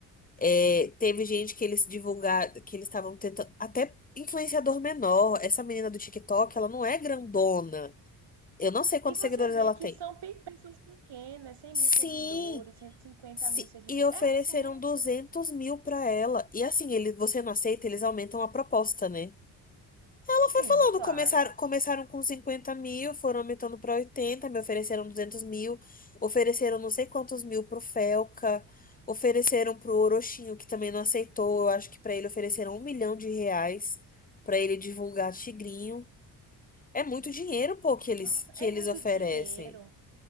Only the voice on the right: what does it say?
E você
vê
que
são pe- pessoas pequenas, cem
mil seguidores, 150
mil seguidores.
É assim.
Sim,
claro.
Nossa,
é
muito
dinheiro.